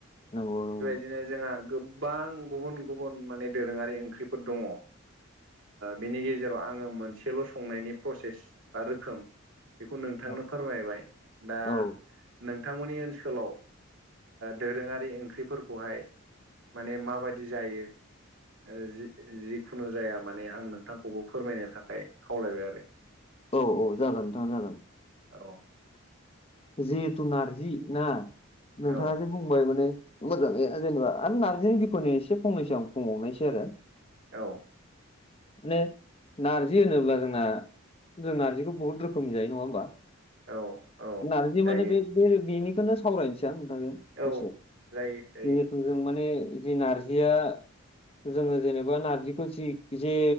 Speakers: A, on the left; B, on the right.
A: नंगौ नंगौ
B: बिदिनो जोंहा गोबां गुबुन गुबुन माने दोरोङारि ओंख्रिफोर दङ बिनि गेजेराव आङो मोनसेल' संनायनि प्रसेस बा रोखोम बेखौ नोंथांनो
A: औ
B: फोरमायबाय दा
A: औ
B: नोंथांमोननि ओनसोल ओनसोलाव दोरोङारि ओंख्रिफोरखौहाय माने माबायदि जायो जि जिखुनु जाया माने आं नोंथांखौबो फोरमायनो थाखाय खावलायबाय आरो
A: औ औ जागोन नोंथां जागोन
B: आरो
A: जिहेथु नारजि ना नोंथाङा
B: औ
A: जे बुंबाय माने मोजाङै जेनेबा आरो नारजि आनि बिख'नि एसे फंनैसो आं बुंबावनायसै आरो
B: औ
A: माने नारजि होनोब्ला जोंना जों नार्जिखौ बुहुद रोखोमनि जायो नङा होमबा
B: औ औ
A: नार्जि
B: जायो
A: माने बे बेनि बेखौनो सावरायनोसै आं नोंथांजों
B: औ
A: दसे
B: जायो जायो
A: जिहेथु जों माने जि नारजिया जोङो जेनेबा नारजिखौ जि जे